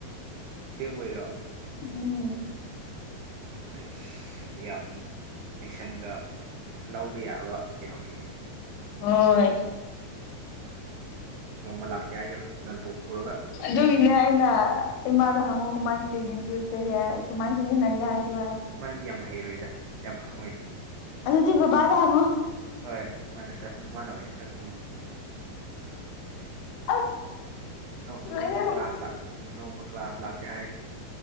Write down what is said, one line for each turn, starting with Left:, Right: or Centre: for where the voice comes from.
Right: ꯑꯁꯦꯡꯕꯩꯔꯣ?
Left: ꯎꯝ
Right: ꯑꯩꯁ ꯌꯥꯝ ꯂꯦꯁꯟꯒ ꯂꯧꯕ ꯌꯥꯕ ꯀꯩꯅꯣꯅꯤꯅꯦ꯫
Left: ꯍꯣꯢ
Right: ꯅꯣꯡꯃ ꯂꯥꯛꯀꯦ ꯍꯥꯏꯌꯨ ꯅꯝꯕꯣ ꯄꯣꯔꯒ꯫
Left: ꯑꯗꯨꯒꯤꯅꯦ ꯑꯩꯅ ꯏꯃꯥꯗ ꯍꯪꯉꯣ ꯀꯃꯥꯏꯟ <unintelligible> ꯀꯃꯥꯏꯟ ꯁꯤꯖꯤꯅꯒꯦ ꯍꯥꯏꯗꯨ ꯍꯥꯏ
Right: ꯗꯤ ꯌꯥꯝ ꯍꯩꯔꯣꯏꯗ ꯌꯥꯝ ꯈꯪꯉꯣꯏꯗ꯫
Left: ꯑꯗꯨꯗꯤ ꯕꯕꯥꯗ ꯍꯪꯉꯣ꯫
Right: ꯍꯣꯏ ꯃꯥꯅ ꯈꯔ ꯃꯥꯅ ꯑꯣꯏꯅ ꯈꯔ ꯈꯪꯉꯅꯤ꯫
Left: ꯑꯁ
Right: ꯇꯝ ꯅꯣꯡꯃ
Left: ꯂꯣꯏꯔꯦꯗ
Right: ꯀ꯭ꯂꯥꯁ ꯂꯥꯛ ꯅꯣꯡꯃ ꯀ꯭ꯂꯥꯁ ꯂꯥꯛꯀꯦ ꯍꯥꯏ